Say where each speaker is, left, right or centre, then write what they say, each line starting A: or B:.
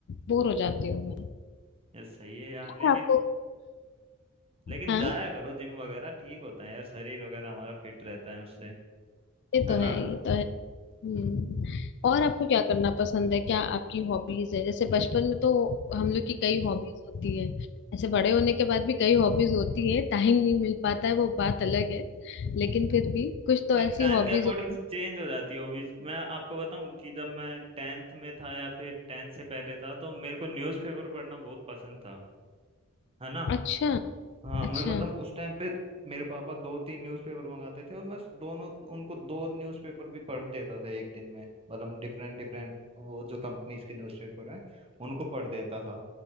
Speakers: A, on the left; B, on the right.
A: बोर हो जाती हूँ
B: ये सही है यार लेकिन
A: मैं आपको
B: लेकिन
A: हाँ
B: जाया करो जिम वगैरह ठीक होता है यार शरीर वगैरह हमारा फिट रहता है उससे
A: ये
B: है
A: तो
B: ना
A: है ये तो है हम्म और आपको क्या करना पसंद है क्या आपकी हॉबीज है जैसे बचपन में तो हम लोग की कई हॉबीज होती है ऐसे बड़े होने के बाद भी कई हॉबीज होती है टाइम नहीं मिल पाता है वो बात अलग है लेकिन फिर भी कुछ तो
B: यार
A: ऐसी
B: टाइम
A: हॉबीज
B: के अकॉर्डिंग
A: होती
B: चेंज हो जाती है हॉबीज मैं आपको बताऊं कि जब मैं टेंथ में था या फिर टेंथ से पहले था तो मेरे को न्यूज़पेपर पढ़ना बहुत पसंद था है ना
A: अच्छा
B: हाँ
A: अच्छा
B: मैं मतलब उस टाइम पे मेरे पापा दो तीन न्यूज़पेपर मंगाते थे और मैं दोनों उनको दो न्यूज़पेपर भी पढ़ देता था एक दिन में मतलब डिफरेंट डिफरेंट वो जो कंपनीज के न्यूज़पेपर हैं उनको पढ़ देता था